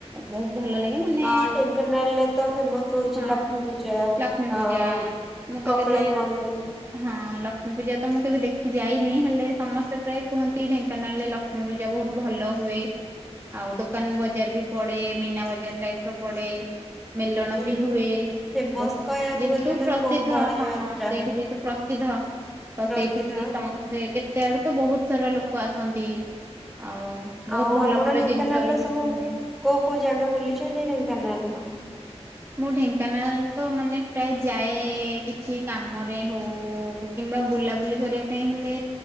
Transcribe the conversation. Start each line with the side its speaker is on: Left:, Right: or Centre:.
Right: ବହୁତ ଭଲ ଲାଗେ ମାନେ
Centre: ହଁ ଢେଙ୍କାନାଳରେ ତ ଫେମସ ହୋଉଛି
Right: ହଁ
Centre: ଲକ୍ଷ୍ମୀ ପୂଜା,
Right: ଲକ୍ଷ୍ମୀ ପୂଜା
Centre: ଅଁ
Right: ମୁଁ ତ
Centre: କପିଳାସ
Right: କେବେ
Centre: ମନ୍ଦିର
Right: ହଁ ଲକ୍ଷ୍ମୀ ପୂଜା ତ ମୁଁ କେବେ ଦେଖିଯାଇନି, ହେଲେ ସମସ୍ତେ ପ୍ରାୟ କୁହନ୍ତି ଢେଙ୍କାନାଳରେ ଲ କ୍ଷ୍ମୀ ପୂଜା ବହୁତ ଭଲ ହୁଏ। ଆଉ ଦୋକାନ ବଜାର ବି ପଡେ ମୀନା ବଜାର ଟାଇପର ପଡେ ମେଲଣ
Centre: ହୁଁ।
Right: ବି ହୁଏ
Centre: ଫେମସ
Right: ବହୁତ,
Centre: କହିବାକୁ
Right: ଯେହେତୁ
Centre: ଗଲେ ମାନେ
Right: ପ୍ରସିଦ୍ଧ
Centre: ବହୁତ ବଡ
Right: ହଁ
Centre: ଯାତ୍ରା
Right: ସେଇଠି ଯେହେତୁ ପ୍ର ସିଧ ତ
Centre: ପ୍ରସିଦ୍ଧ।
Right: ସେଇଠିକି ସମସ୍ତେ କେ ତେ ଆଡୁ ତ ବହୁତ ସାରା ଲୋକ ଆସନ୍ତି। ଆଉ ବହୁତ
Centre: ଆଉ
Right: ଭଲ
Centre: ଆପଣ
Right: ଭଲ
Centre: ଢେଙ୍କାନାଳର
Right: ଜିନିଷ ବି ବିକ୍ରି
Centre: ସବୁ
Right: ହୁଏ।
Centre: କୋଉ କୋଉ ଜାଗା ବୁଲିଛନ୍ତି ଢେଙ୍କାନାଳର?
Right: ମୁଁ ଢେଙ୍କାନାଳ ତ ମାନେ ପ୍ରାୟ ଯାଏ କିଛି କାମରେ ହଉ କିମ୍ବା ବୁଲାବୁଲି କରିବା ପାଇଁ ହେଲେ,